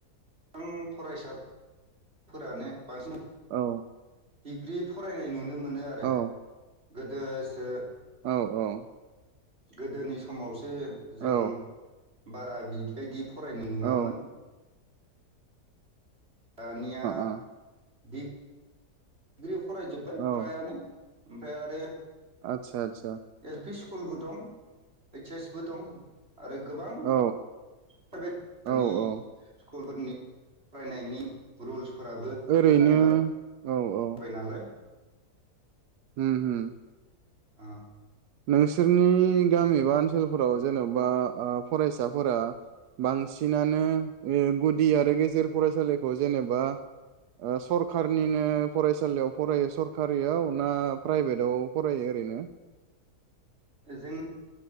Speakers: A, on the right; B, on the right.
A: बां फरायसाफोरानो बांसिन
B: औ
A: डिग्रि फरायनाय नुनो मो नो आरो।
B: औ
A: गोदोसो
B: औ औ
A: गोदोनि समाव सो जों
B: औ
A: बारा बिफोरबायदि फरायनो नुवामोन
B: ओ
A: । दानिया
B: ओ
A: दि ग्रिब फरायजोबबाय
B: औ
A: फ्रायानो ओमफ्राय आरो
B: आतसा आतस
A: एल पि स्कुलबो दं ओइस एस बो दं आरो गोबां
B: औ
A: प्राइभेटनि
B: औ औ
A: स्कुलफोरनि फरायनायनि रुल्स फोराबो
B: ओरैनो
A: मोजां जाबाय
B: औ औ
A: नालाय ।
B: होम होम
A: अ
B: नोंसोरनि गामि बा ओनसोल फोराव जेन'बा ओ फरायसाफोरा बांसिनानो ओ गुदि आरो गेजेर फरायसालिखौ जेनेबा ओ सरखारनिनो फरायसालियाव फरायो सरकारियाव ना प्राइभेटाव फरायो ओरैनो?
A: जों